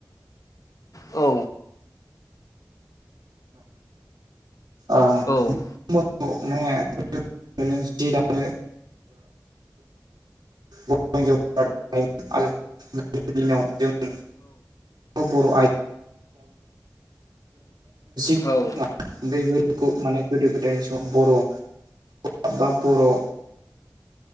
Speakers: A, on the left (about 50°); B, on the right (about 80°).
A: औ।
B: ओ <unintelligible>
A: औ
B: माने जि दानो बर' हिनजाव <unintelligible> आरो <unintelligible> दिनाव जोंनि बर' <unintelligible>
A: औ।
B: <unintelligible> खौ माने गोदो गोदायनि समाव बर' <unintelligible> बा बर'